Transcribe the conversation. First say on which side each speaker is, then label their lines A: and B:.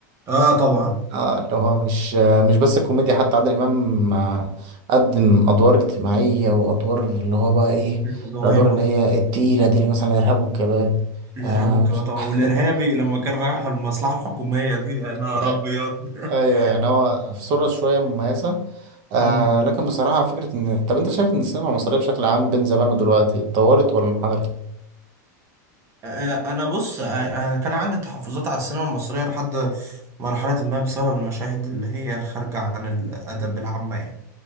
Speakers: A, on the right (about 30°); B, on the right (about 45°).
A: اه طبعا
B: اه اللي هو مش مش بس الكوميديا حتى عادل امام آه، قدم ادوار اجتماعيه وادوار اللي هو بقى ايه
A: الزهايمر
B: الادوار اللي هي التقيله دي اللي مثلا الارهاب والكباب
A: الارهاب
B: آه
A: والكباب
B: مش
A: طبعا
B: <laughs>
A: والارهابي لما كان رايح المصلحة الحكومية دي يا نهار
B: آه،
A: ابيض <laughs>
B: ايوه يعني هو في صوره شويه مميزه آه
A: مم.
B: لكن بصراحه فكره ان طب انت شايف ان السينما المصريه بشكل عام بين زمان ودلوقتي اتطورت ولا انحدرت؟
A: آه، آه، انا بص آه، انا كان عندي تحفظات على السينما المصرية لحد مرحلة ما بسبب المشاهد اللي هي الخارجة عن الأدب العامة يعني